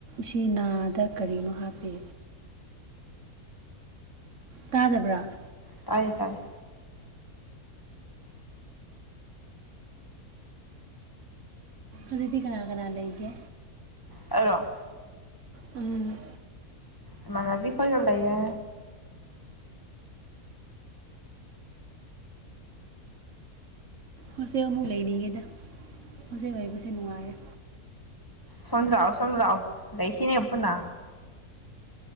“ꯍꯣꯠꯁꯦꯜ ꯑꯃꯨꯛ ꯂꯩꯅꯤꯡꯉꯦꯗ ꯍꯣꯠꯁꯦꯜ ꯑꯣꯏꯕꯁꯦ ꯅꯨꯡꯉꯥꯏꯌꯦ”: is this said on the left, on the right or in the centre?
Right